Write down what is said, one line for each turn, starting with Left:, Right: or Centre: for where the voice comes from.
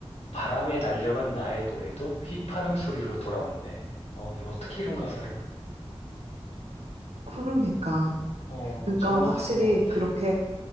Left: 바람에 날려간 나의 노래도 휘파람 소리로 돌아온대. 어, 이 어떻게 이런 가사를?
Right: 그러니까.
Left: 어,
Right: 그러니까
Left: 정말
Right: 확실히
Left: 좋은 것 같아.
Right: 그렇게